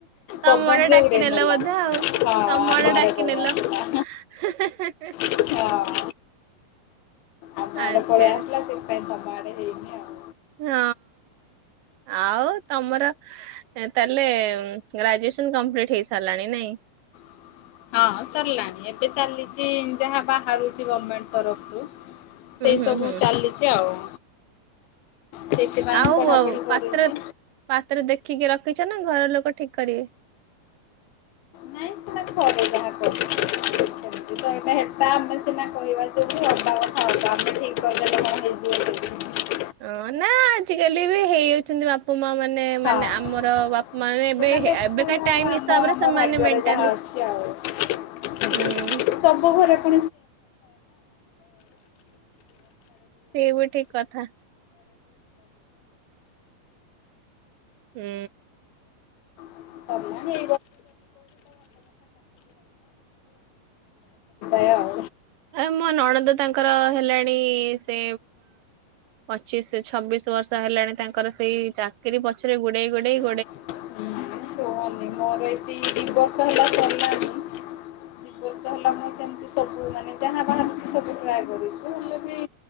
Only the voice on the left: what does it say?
ପବନରେ
ଉଡେଇ
ନେଲା
ହଁ
ଆମ
ପଳେଇ ଆସିଲା
ହଁ <unintelligible> ଆମ
ଆଡେ ପଳେଇ ଆସିଲା ସେଥି ପାଇଁ ତମ ଆଡେ ହେଇନି ଆଉ
<inaudible> ହଁ ସରିଲାଣି, ଏବେ ଚାଲିଛି ଯାହା ବାହାରୁଛି ଗମେଣ୍ଟ ତରଫରୁ
ସେଇ
ସବୁ
ଚାଲିଛି ଆଉ। ସେଇଥିପାଇଁ
ପଢ଼ାପଢ଼ି କରୁଛି
ନାଇଁ ସେଟ ଘରେ ଯାହା କରିବେ। ସଟା ହେଟା ଆମେ ସିନା କହିବା ଜେଉଠି ହେବା କଥା ହଵ ଆମେ ଠିକ କହିଦେଲେ ହେଇଯିବକି?
ହଁ
ସେଇଟା ଦେଖାଯାଉ
ଆମ
ଆମ
ଭାଗ୍ୟରେ
ଯାହା <unintelligible>
ସବୁ ଘରେ <unintelligible> <unintelligible>
<unintelligible> ଆର <unintelligible> ଆଉ।
<unintelligible> ଦି ବର୍ଷ ହେଲା ମୁଁ ସେମିତି ସବୁ ମାନେ ଯାହା ବାହାରୁଛି ସବୁ ଟ୍ରାଏ କରିଛି ହେଲେ ବି।